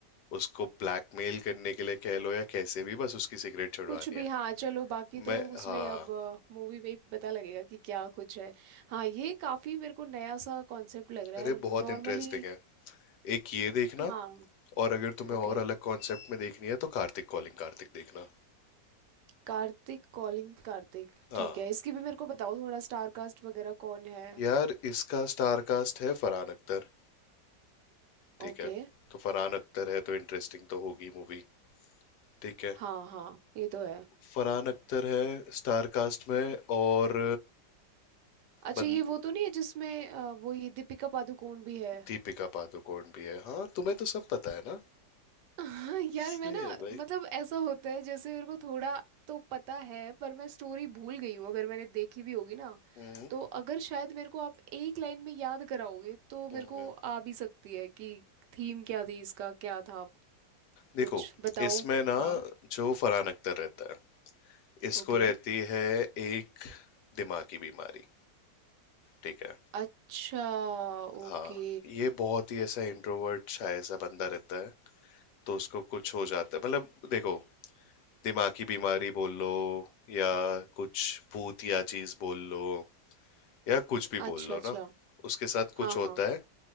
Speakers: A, on the left; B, on the right.
A: उसको ब्लैकमेल करने के लिए कह लो या कैसे भी बस उसकी सिगरेट छुड़वानी
B: कुछ भी
A: है
B: हाँ चलो बाकी तो
A: मैं
B: उसमें
A: हाँ
B: अब मूवी में ही पता लगेगा कि क्या कुछ है हाँ ये काफी मेरे को नया सा कॉन्सेप्ट लग रहा
A: अरे
B: है
A: बहुत
B: नॉर्मली
A: इंटरेस्टिंग है एक ये देखना
B: हाँ
A: और अगर तुम्हें
B: ओके
A: और अलग कॉन्सेप्ट में देखनी है तो कार्तिक कॉलिंग कार्तिक देखना
B: कार्तिक कॉलिंग कार्तिक
A: हाँ
B: ठीक है इसकी भी मेरे को बताओ थोड़ा स्टार कास्ट वगैरह कौन है
A: यार इसका स्टार कास्ट है फरहान अख्तर ठीक
B: ओके
A: है तो फरहान अख्तर है तो इंटरेस्टिंग तो होगी मूवी ठीक है
B: हाँ हाँ ये तो है
A: फरहान अख्तर है स्टार कास्ट में और
B: अच्छा
A: बन
B: ये वो तो नहीं है जिसमें अ, वो ये दीपिका पादुकोण भी है
A: दीपिका पादुकोण भी है हाँ तुम्हें तो सब पता है ना
B: हाँ यार
A: सही
B: मैं ना
A: है भाई
B: मतलब ऐसा होता है जैसे मेरे को थोड़ा तो पता है पर मैं स्टोरी भूल गई हूँ अगर मैंने देखी भी होगी ना
A: हम्म
B: तो अगर शायद मेरे को आप एक लाइन में याद कराओगे तो
A: हम्म
B: मेरे को आ भी सकती है कि थीम क्या थी इसका क्या था
A: देखो
B: कुछ बताओ
A: इसमें ना
B: हाँ
A: जो फरहान अख्तर रहता है इसको
B: ओके
A: रहती है एक दिमागी बीमारी ठीक है
B: अच्छा
A: हाँ
B: ओके
A: ये बहुत ही ऐसा इंट्रोवर्ट शाय सा बंदा रहता है तो उसको कुछ हो जाता है मतलब देखो दिमागी बीमारी बोल लो या कुछ भूत या चीज बोल लो या कुछ भी बोल
B: अच्छा
A: लो
B: अच्छा
A: ना उसके साथ कुछ
B: हाँ
A: होता
B: हाँ
A: है